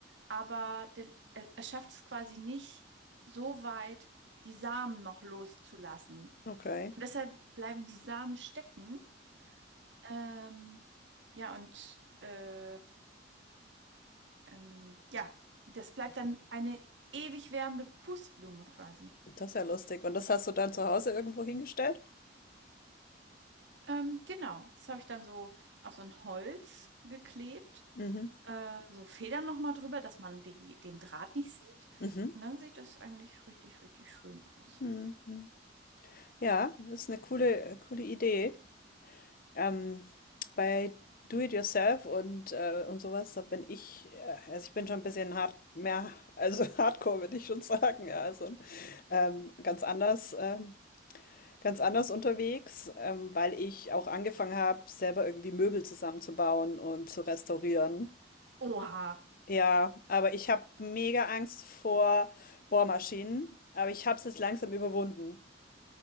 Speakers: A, on the right; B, on the left.
A: aber der, er, er schafft es quasi nicht so weit, die Samen noch loszulassen.
B: Okay.
A: Und deshalb bleiben die Samen stecken. Ähm, ja, und äh, ähm, ja, das bleibt dann eine ewig währende Pustblume quasi.
B: Das ist ja lustig. Und das hast du dann zu Hause irgendwo hingestellt?
A: Ähm, genau, das habe ich dann so auf so ein Holz geklebt,
B: Mhm.
A: äh, so Federn nochmal drüber, dass man die, den Draht nicht sieht.
B: Mhm.
A: Und dann sieht das eigentlich richtig, richtig schön aus.
B: Mhm. Ja, das ist eine coole, coole Idee. Ähm, bei Do It Yourself und, äh, und sowas, da bin ich, äh, also ich bin schon ein bisschen hart, mehr, also <laughs> Hardcore würde ich schon sagen, ja, also ähm, ganz anders, ähm, ganz anders unterwegs, ähm, weil ich auch angefangen habe, selber irgendwie Möbel zusammenzubauen und zu restaurieren.
A: Oha,
B: Ja, aber ich habe mega Angst vor Bohrmaschinen, aber ich habe es jetzt langsam überwunden